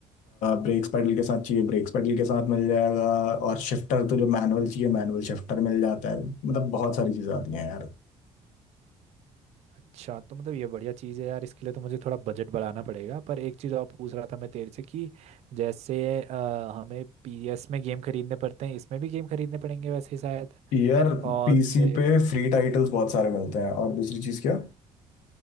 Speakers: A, on the left; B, on the right.
A: ब्रेक्स पैडल के साथ चाहिए ब्रेक्स पैडल के साथ मिल जाएगा और शिफ्टर तुझे मैनुअल चाहिए मैनुअल शिफ्टर मिल जाता है मतलब बहुत सारी चीजें आती हैं यार
B: अच्छा तो मतलब ये बढ़िया चीज़ है यार इसके लिए तो मुझे थोड़ा बजट बढ़ाना पड़ेगा पर एक चीज़ और पूछ रहा था मैं तेरे से कि जैसे अ, हमें पीएस में गेम खरीदने पड़ते हैं इसमें भी गेम खरीदने पड़ेंगे वैसे ही शायद
A: यार
B: और
A: पीसी
B: मुझे
A: पे फ्री टाइटल्स बहुत सारे मिलते हैं और दूसरी चीज क्या